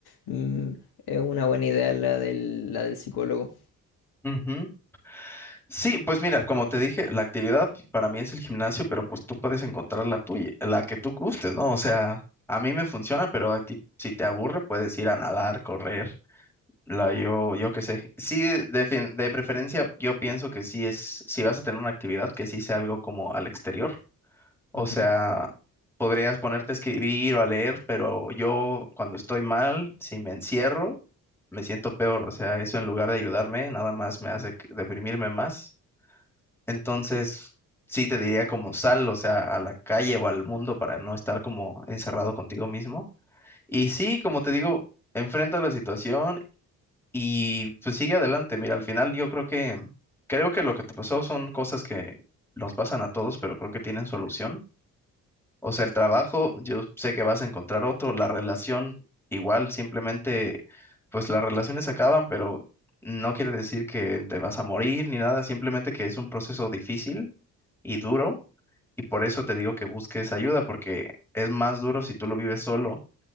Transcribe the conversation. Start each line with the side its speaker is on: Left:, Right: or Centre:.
Left: mm, es una buena idea la del, la del psicólogo.
Centre: Ujú. Sí, pues mira, como te dije, la actividad para mí es el gimnasio, pero pues tú puedes encontrar la tuya, la que tú gustes, ¿no? O sea, a mí me funciona, pero a ti, si te aburre, puedes ir a nadar, correr, la yo, yo qué sé. Sí, de, fin- de preferencia, yo pienso que sí es, si vas a tener una actividad, que sí sea algo como al exterior, O
Left: Ok,
Centre: sea, podrías ponerte a escribir o a leer, pero yo cuando estoy mal, si me encierro, me siento peor. O sea, eso en lugar de ayudarme, nada más me hace que- deprimirme más. Entonces, sí te diría como sal, o sea, a la calle o al mundo para no estar como encerrado contigo mismo. Y sí, como te digo, enfrenta la situación y pues sigue adelante. Mira, al final yo creo que, creo que lo que te pasó son cosas que nos pasan a todos, pero creo que tienen solución. O sea, el trabajo, yo sé que vas a encontrar otro, la relación igual, simplemente, pues las relaciones acaban, pero no quiere decir que te vas a morir ni nada, simplemente que es un proceso difícil y duro, y por eso te digo que busques ayuda, porque es más duro si tú lo vives solo